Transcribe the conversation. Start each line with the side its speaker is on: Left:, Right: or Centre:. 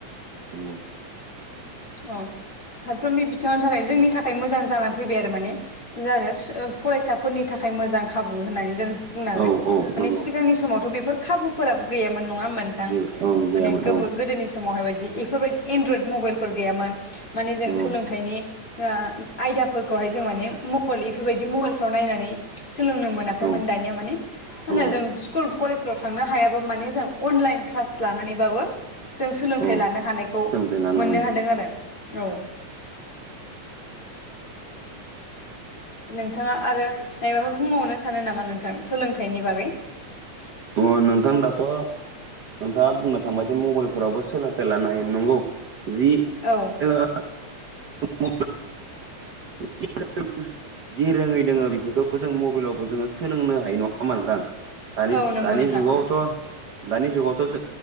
Right: उम।
Left: उम फारफ्रोमबो बिथिङावनि थाखाय जोंनि थाखाय मोजां जानानै फैबाय आरो माने जानो फरायसाफोरनि थाखाय मोजां खाबु होननानै जोङो बुंनो हागोन
Right: औ औ
Left: माने
Right: नंगौ
Left: सिगांनि समावथ' बेफोर खाबुफोराबो गैयामोन नङा होनोममोन थां
Right: जेबो औ गैयामोन
Left: माने
Right: औ
Left: गोदोनि समावहायबायदि बेफोरबायदि एनड्रयद मबाइलफोर गैयामोन माने जों
Right: औ
Left: सोलोंथाइनि ओ आयदाफोरखौहाय जों माने मबाइल इफोरबायदि मबाइलफ्राव नायनानै सोलोंनो मोनाखैमोन
Right: औ
Left: दानिया माने होनो
Right: औ
Left: जों स्कुल कलेजफ्राव थांनो हायाबा माने जों अनलाइन क्लास लानानैबाबो जों सोलोंथाइ
Right: औ
Left: लानो हानायखौ
Right: सोलोंथाइ लानो
Left: मोननो
Right: हायो
Left: हादों आरो औ नोंथाङा आरो मनायबाफोर बुंबावनो सानो नामा नोंथां सोलोंथाइनि बागै
Right: अ नोंथां दााथ' नोंथाङा बुंनो थांबाय जे मबाइलफोरावबो सोलोंथाइ लानो हायो नंगौ जि
Left: औ
Right: <unintelligible> <inaudible> <unintelligible> <inaudible> जि रोङै दोङो बेफोरखौबो जों मबाइलावबो जोङो सोलोंनो हायो नङा होमा नोंथां? दानि-दानि
Left: औ नंगौ नोंथां
Right: जुगावथ' दानि जुगावथ'